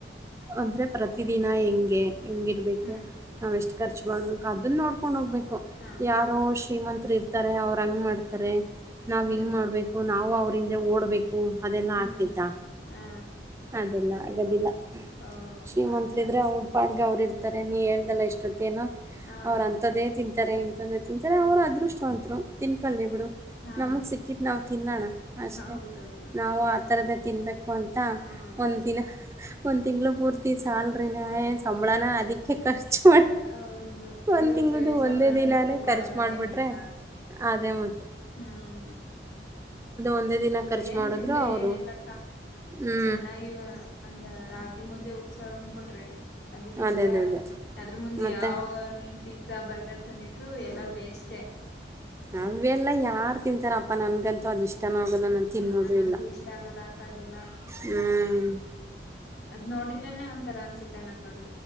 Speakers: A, on the right; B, on the left.
A: ಅಂದ್ರೆ ಪ್ರತಿ ದಿನ ಹೆಂಗೆ ಹೆಂಗಿರ್ಬೇಕು
B: ಹ್ಮ್
A: ನಾವ್ ಎಷ್ಟು ಖರ್ಚು ಮಾಡ್ಬೇಕು ಅದನ್ನ ನೋಡ್ಕೊಂಡ್ ಹೋಗ್ಬೇಕು
B: ಹಾ
A: ಯಾರೋ ಶ್ರೀಮಂತರು ಇರ್ತಾರೆ ಅವ್ರ ಹಂಗ ಮಾಡ್ತಾರೆ ನಾವ್
B: ಹ್ಮ್
A: ಹಿಂಗ್ ಮಾಡ್ಬೇಕು ನಾವವು ಅವ ಓಡ್ಬೇಕು ಅದೆಲ್ಲಾ
B: ಹ್ಮ್
A: ಆಗ್ತಿತ್ತಾ
B: ಹಾ
A: ಅದೆಲ್ಲ ಆಗದಿಲ್ಲ
B: ಓ
A: ಶ್ರೀಮಂತ್ಲಿದ್ರೆ
B: ಆತರ
A: ಉಟ್ಪಾಡ್ಗ ಅವ್ರು ಇರ್ತಾರೆ ನೀ ಹೇಳ್ದಲ್ಲಾ ಇಷ್ಟೊತ್ತ ನೋ
B: ಹಾ
A: ಅವ್ರ ಅಂತದ್ದೇ ತಿಂತ ತಿಂತಾರೆ ಇಂತದ ತಿಂತಾರೆ ಅವ್ರು ಅದೃಷ್ಟವಂತರು ತಿನ್ಕೊಳ್ಳಿ ಬಿಡು
B: ಹಾ
A: ನಮಗ್ ಸಿಕ್ಕತ್ ನಾವವು ತಿನ್ನೋಣ ಅಷ್ಟೆ
B: ಹೌದೌದು
A: ನಾವು ಆತರದ ತಿನ್ಬೇಕು ಅಂತ
B: ಹ್ಮ್
A: ಒಂದ ದಿನ ಒಂದ್ ತಿಂಗ್ಗಳು ಪೂರ್ತಿ ಸಲ್ರಿ ನ ಸಂಬಳಾನ ಅದಕ್ಕೆ ಖರ್ಚು
B: ಹೌದು
A: ಒಂದ್
B: ಇವಾಗ
A: ತಿಂಗಳ್ದ
B: ಬೇರೆ ಸಂಬಳನ
A: ಒಂದೇ ದಿನಾನೇ
B: ನೆಟ್ಟು ಕೊಡಲ್ಲ
A: ಖರ್ಚು ಮಾಡ್ಬಿಟ್ರೆ
B: ಏನು ಇಲ್ಲ
A: ಅದೇ ಮತ್ತ
B: ಹ್ಮ್
A: ಒಂದೇ ದಿನ ಖರ್ಚು
B: ಏನ್
A: ಮಾಡಿದ್ರು
B: ತಿಂದ್ರೆ
A: ಅವರು
B: ಏನರ್ಲಕ್ಕ
A: ಹ್ಞೂ
B: ಚೆನ್ನಾಗಿ ಅಂದ ರಾಗಿ ಮುದ್ದೆೋಗ ಸರ್ ಉಣ್ಬಿಟ್ರೆ ಅದಕ್ಕಿಂತ
A: ಅದೇ ಅದೇ ಅದೇ
B: ಅದ್ರ ಮುಂದೆ
A: ಮತ್ತೆ
B: ಯಾವ ನೆನಪಿ ಬರ್ಗರ್ ತಂದಿಟ್ರು ಎಲ್ಲ ವೇಸ್ಟೇ
A: ಅವೆಲ್ಲ ಯಾರು ತಿಂತಾರಪ್ಪಾ ನನ್ಗಂತೂ ಅದ ಇಷ್ಟ ಚನ್ನಾಗಲ್ಲ ನಾನು ತಿನ್ನೋದು
B: ಹಾ ನಂಗು
A: ಇಲ್ಲ
B: ಇಷ್ಟ ಆಗಲ್ಲ ಅಕ್ಕ ಅದೆಲ್ಲ
A: ಹ
B: ಅದ್ ನೋಡಿದ್ರೇನೆ ಒಂಥರ ಅನ್ಸುತ್ತೆ ನಂಗೊಂದ